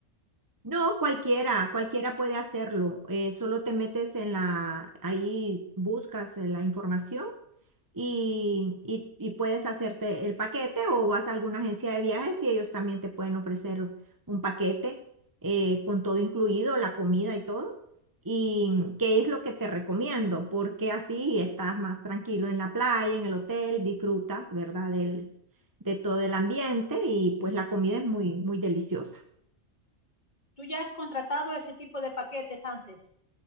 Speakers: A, on the right; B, on the left.
A: No, cualquiera, cualquiera puede hacerlo. eh, solo te metes en la, ahí buscas eh, la información y, y- y puedes hacerte el paquete o vas a alguna agencia de viajes y ellos también te pueden ofrecer un paquete eh, con todo incluido, la comida y todo. Y qué es lo que te recomiendo, porque así estás más tranquilo en la playa, en el hotel, disfrutas, ¿verdad? Del, de todo el ambiente y pues la comida es muy, muy deliciosa.
B: Tú ya has contratado ese tipo de paquetes antes.